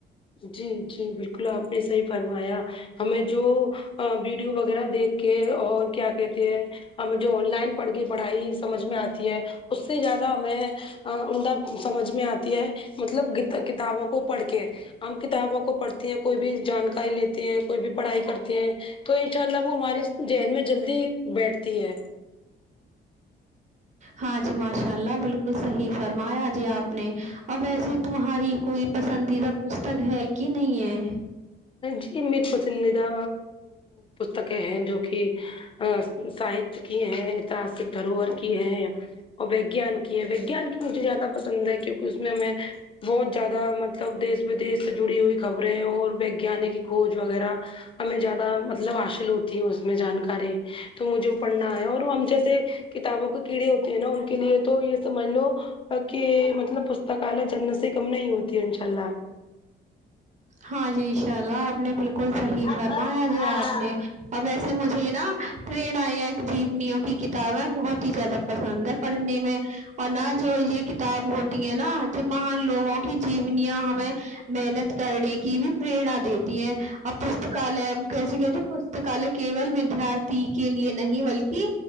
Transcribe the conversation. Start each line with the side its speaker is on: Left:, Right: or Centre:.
Left: جی جی بالکل آپ نے صحیح فرمایا ہمیں جو ویڈیو وغیرہ دیکھ کے اور کیا کہتے ہیں ہمیں جو آن لائن پڑھ کے پڑھائی سمجھ میں آتی ہے اس سے زیادہ ہمیں عمدہ سمجھ میں آتی ہے مطلب کتابوں کو پڑھ کے ہم کتابوں کو پڑھتے ہیں کوئی بھی جانکاری لیتے ہیں کوئی بھی پڑھائی کرتے ہیں تو ان شاء اللہ وہ ہمارے جہن میں جلدی بیٹھتی ہے
Right: ہاں جی ماشاء اللہ بالکل صحیح فرمایا جی آپ نے اب ایسے تمہاری کوئی پسندیدہ پستک ہے کہ نہیں ہے
Left: جی میری پسندیدہ پستکیں ہیں جو کہ آ ساہتیہ کی ہے اتہاسک دھروہر کی ہے اور وگیان کی ہے وگیان کی مجھے زیادہ پسند ہے کیونکہ اس میں ہمیں بہت زیادہ مطلب دیش ودیش سے جڑی ہوئی خبریں اور ویگانک کھوج وغیرہ ہمیں زیادہ مطلب حاشل ہوتی ہے اس میں جانکاری تو مجھے وہ پڑھنا ہے اور ہم جیسے کتابوں کے کیڑے ہوتے ہیں ناں ان کے لیے تو یہ سمجھ لو کہ مطلب پستکالیہ جنت سے کم نہیں ہوتی انشاء اللہ
Right: ہاں جی ان شاء اللہ آپ نے بالکل صحیح
Left: اللہ
Right: فرمایا جی آپ نے اب ایسے مجھے ناں پریڑ آیا ایک جینی ہو کی کت کتابیں بہت ہی زیادہ پسند ہے پڑھنے میں اور ناں جو یہ کتاب ہوتی ہے ناں جب مہان لوگوں کی جیونیاں ہمیں محنت کرنے کی بھی پریرنا دیتی ہے آ پستکالیہ کیسے کہتے پستکالئے کیول ودیارتھی کے لیے نہیں بلکہ